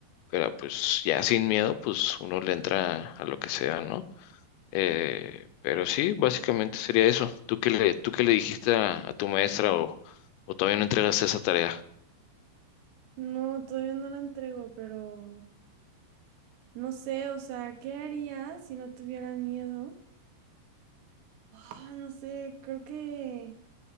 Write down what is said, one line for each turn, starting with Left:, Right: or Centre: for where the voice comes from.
Left: Pero pues ya sin miedo, pues uno le entra a lo que sea, ¿no? Eh, pero sí, básicamente sería eso. ¿Tú qué le, tú qué le dijiste a, a tu maestra o, o todavía no entregaste esa tarea?
Right: No, todavía no la entrego, pero no sé, o sea, ¿qué haría si no tuviera miedo? Ah, no sé, creo que